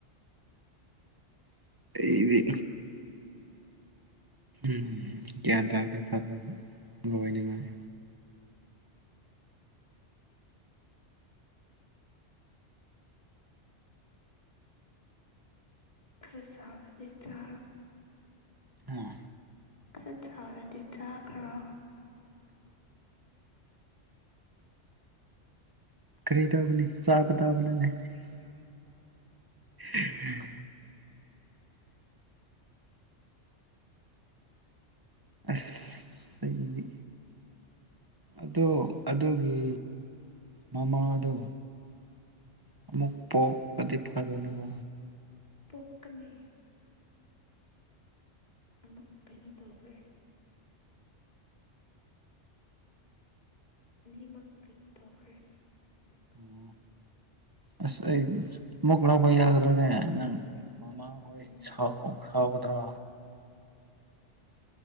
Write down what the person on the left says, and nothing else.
ꯐꯦꯁ ꯂꯤ ꯆ
ꯈꯔ ꯆꯥꯎꯥꯎꯔꯗꯤ ꯆꯥꯈ꯭ꯔꯣ
ꯄꯣꯛꯅꯤ ꯑꯃꯨꯛ ꯀꯩꯅꯣ ꯇꯧꯈ꯭ꯔꯦ ꯑꯅꯤꯃꯛ ꯀꯩꯅꯣ ꯇꯧꯈ꯭ꯔꯦ ꯍꯟꯗꯛ
ꯎꯝ